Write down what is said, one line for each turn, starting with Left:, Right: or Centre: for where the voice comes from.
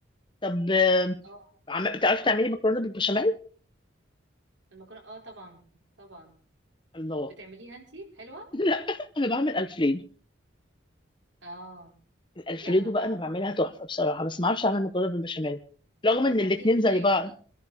Left: طب آم،
Right: اه
Left: عم... بتعرفي تعملي مكرونه بالبشاميل
Right: المكرونه اه طبعا طبعا
Left: الله
Right: بتعمليها انتي حلوه
Left: <laughs> لا انا بعمل الفريدو
Right: اه
Left: الالفريدو
Right: لا انا بعرف
Left: بقى انا بعملها
Right: اعملها
Left: تحفه بصراحه بس ما اعرفش اعمل مكرونه بالبشاميل رغم ان
Right: بتعمليها
Left: الاتنين
Right: ازاي
Left: زي بعض